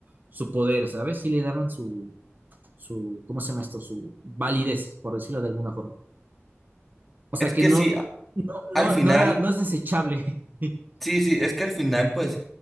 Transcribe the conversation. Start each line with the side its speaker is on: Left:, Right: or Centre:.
Right: su poder, ¿sabes? Sí le daban su, su, ¿cómo se llama esto? Su validez, por decirlo de alguna forma. O sea
Centre: Es
Right: que
Centre: que
Right: no,
Centre: si a-
Right: no,
Centre: al
Right: no,
Centre: final
Right: no, era- no es desechable <laughs>
Centre: Sí, sí, es que al final, pues,